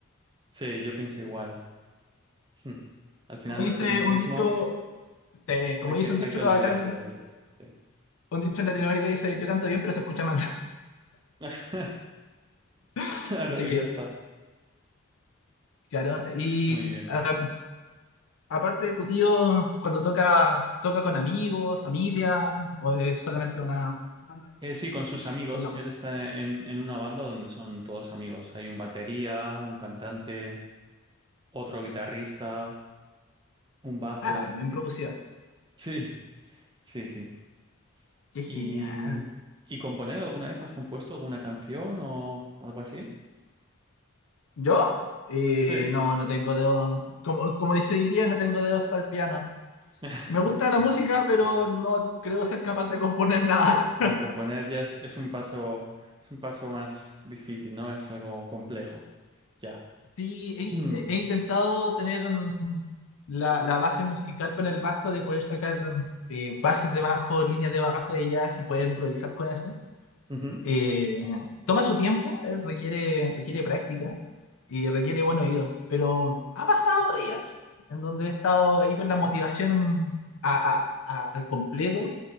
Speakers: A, on the right; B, on the left.
A: sí, yo pienso igual. <laughs> Hmm. Al final
B: Como dice
A: los tecnicismos
B: un dicho, eh, como
A: hay
B: dice
A: que,
B: un
A: hay
B: dicho
A: que olvidarse
B: acá en,
A: de ellos. Sí.
B: un dicho en Latinoamérica, dice, yo canto bien, pero se escucha mal.
A: <laughs>
B: <laughs>
A: Claro,
B: Así
A: y
B: que,
A: ya está.
B: claro. Y
A: Muy bien.
B: ah, aparte, tu tío, cuando toca, toca con amigos, familia, o es solamente una banda de
A: Eh,
B: conocidos
A: sí, con sus amigos.
B: por la música.
A: Él está en, en una banda donde son todos amigos. Hay un batería, un cantante, otro guitarrista. Un bajo.
B: Ah, bien producida.
A: Sí, sí, sí.
B: Qué
A: ¿Y,
B: genial.
A: y componer alguna vez? ¿Has compuesto alguna canción o algo así?
B: ¿Yo? Eh,
A: Sí.
B: no, no tengo dedos. Como, como dice diría, no tengo dedos para el piano.
A: <laughs>
B: Me gusta la música, pero
A: No.
B: no creo ser capaz de componer nada.
A: Y componer ya es, es un paso, es un paso más difícil, ¿no? Es algo complejo, ya.
B: Sí, he, in-
A: <clears throat> Mm.
B: he intentado tener mm, la, la base musical con el bajo, de poder sacar eh, bases de bajo, líneas de bajo de jazz y poder improvisar con eso.
A: Ujú.
B: Eh, toma su tiempo, eh, requiere, requiere práctica y requiere buen oído, pero ha pasado días en donde he estado ahí con la motivación a- a- a- al completo